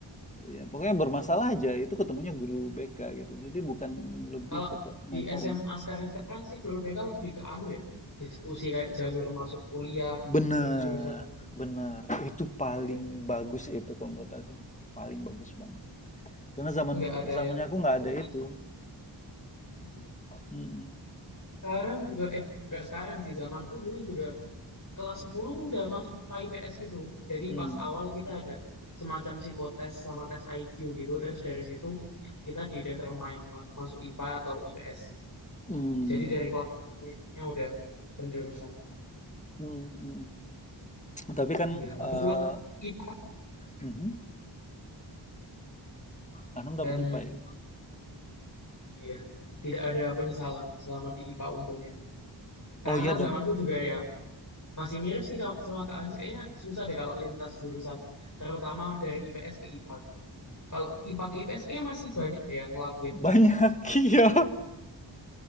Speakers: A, on the left (about 15°); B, on the left (about 40°).
A: ya pokoknya bermasalah aja itu ketemunya guru BK gitu. Jadi bukan lebih
B: Kalau
A: ke pe- mentoring.
B: di SMA sekarang-sekarang sih guru BK lebih ke anu ya, diskusi kayak jalur masuk kuliah,
A: Benar,
B: terus jurusan
A: benar. Itu paling
B: ya,
A: bagus itu kalau menurut aku. Paling bagus banget. Karena zaman
B: nggak ada
A: zamannya
B: yang
A: aku nggak
B: takuti
A: ada itu.
B: juga. Mm.
A: Mm-mm.
B: Sekarang juga, eh nggak sekarang sih, zamanku dulu juga kelas 10 tuh udah masuk IPA IPS gitu. Jadi
A: Mm.
B: pas awal kita ada semacam psikotes sama tes IQ gitu, terus dari situ kita didetermine ma- masuk IPA atau IPS-nya.
A: Mm.
B: Jadi dari kelas satunya udah penjurusan.
A: Mm, mm. Tapi kan
B: Iya, kebetulan
A: eh
B: IPA
A: mhm. Anam dapat
B: dan
A: IPA ya?
B: Iya, tidak ada penyesalan selama di IPA untungnya. Karena
A: Oh iya dong.
B: zamanku juga ya masih mirip sih ka- sama Kak Hans. Kayaknya susah deh kalau lintas jurusan, terutama dari IPS ke IPA gitu. Kalau IPA ke IPS kayaknya masih banyak deh yang ngelakuin.
A: Banyak, <laughs> iya,